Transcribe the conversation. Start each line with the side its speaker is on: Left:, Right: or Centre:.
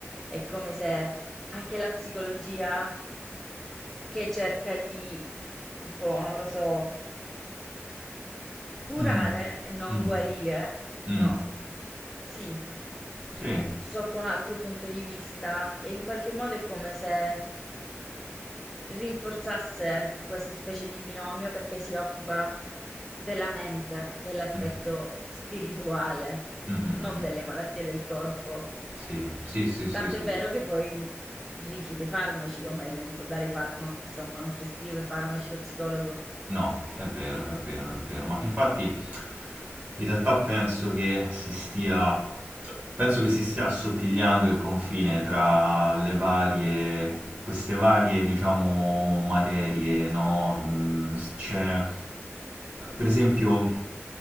Centre: è come se anche la psicologia che cerca di, boh, non lo so, curare
Right: mm,
Centre: e non
Right: mm,
Centre: guarire,
Right: mm,
Centre: no, sì.
Right: Sì.
Centre: sotto un altro punto di vista e in qualche modo è come se rinforzasse questa specie di binomio perché si occupa della mente, dell'aspetto
Right: Mm,
Centre: spirituale,
Right: mm, mm,
Centre: non
Right: mm.
Centre: delle malattie del corpo.
Right: Sì, sì, sì, sì,
Centre: Tant'è
Right: sì.
Centre: vero che poi rifiuta i farmaci, o meglio, non può dare i farmaci, non, insomma, non prescrive farmaci lo psicologo.
Right: No, è vero, è vero, è vero. Ma infatti In realtà penso che si stia, penso che si stia assottigliando il confine tra le varie, queste varie, diciamo, materie, no? Mm, s- C'è, per esempio,